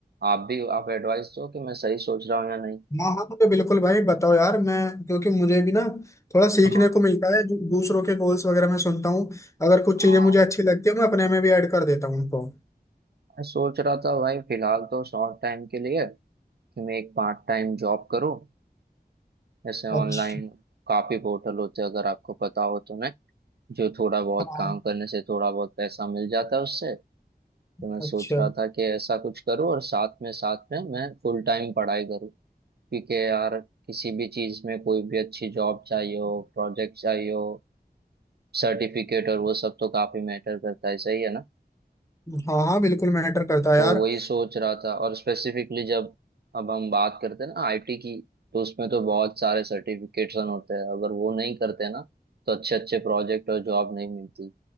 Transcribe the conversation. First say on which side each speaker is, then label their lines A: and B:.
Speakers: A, on the right; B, on the left.
A: आप भी आप एडवाइस दो कि मैं सही सोच रहा हूँ या नहीं
B: हाँ हाँ तो बिल्कुल भाई बताओ यार मैं क्योंकि मुझे भी ना थोड़ा सीखने
A: हाँ
B: को मिलता है दू- दूसरों के गोल्स वगैरह मैं सुनता हूँ अगर कुछ
A: हाँ
B: चीजें मुझे अच्छी लगती है मैं अपने में भी ऐड कर देता हूँ उनको
A: मैं सोच रहा था भाई फिलहाल तो शॉर्ट टाइम के लिए कि मैं एक पार्ट टाइम जॉब करूँ ऐसे ऑनलाइन
B: अच्छा
A: काफी पोर्टल होते हैं अगर आपको पता हो तो मैं जो थोड़ा बहुत
B: हाँ
A: काम करने से थोड़ा बहुत पैसा मिल जाता है उससे तो मैं
B: अच्छा
A: सोच रहा था कि ऐसा कुछ करूँ और साथ में साथ में मैं फुल टाइम पढ़ाई करूँ क्योंकि यार किसी भी चीज में कोई भी अच्छी जॉब चाहिए हो प्रोजेक्ट चाहिए हो सर्टिफिकेट और वो सब तो काफी मैटर करता है सही है ना
B: हाँ हाँ बिल्कुल मैटर करता है
A: तो
B: यार
A: वही सोच रहा था और स्पेसिफिकली जब अब हम बात करते हैं ना आईटी की तो उसमें तो बहुत सारे सर्टिफिकेशन होते हैं अगर वो नहीं करते ना तो अच्छे अच्छे प्रोजेक्ट और जॉब नहीं मिलती